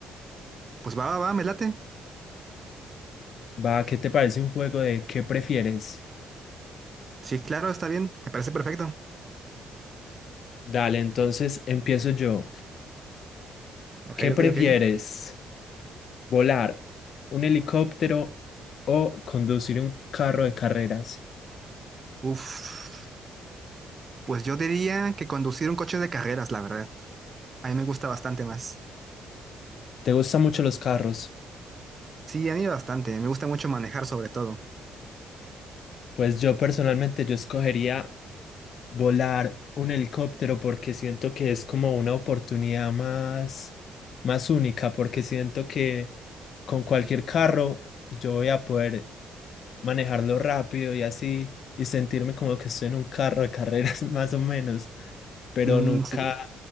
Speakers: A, on the right; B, on the left.
A: Pues va, va, va, me late.
B: Va, ¿qué te parece un juego de qué prefieres?
A: Sí, claro, está bien. Me parece perfecto.
B: Dale, entonces empiezo yo.
A: Ok,
B: ¿Qué prefieres?
A: ok, ok.
B: ¿Volar un helicóptero o conducir un carro de carreras?
A: Uf, pues yo diría que conducir un coche de carreras, la verdad. A mí me gusta bastante más.
B: ¿Te gustan mucho los carros?
A: Sí, a mí bastante. Me gusta mucho manejar sobre todo.
B: Pues yo personalmente yo escogería volar un helicóptero porque siento que es como una oportunidad más, más única, porque siento que con cualquier carro yo voy a poder manejarlo rápido y así y sentirme como que estoy en un carro de carreras <laughs> más o menos, pero
A: Mm,
B: nunca
A: sí.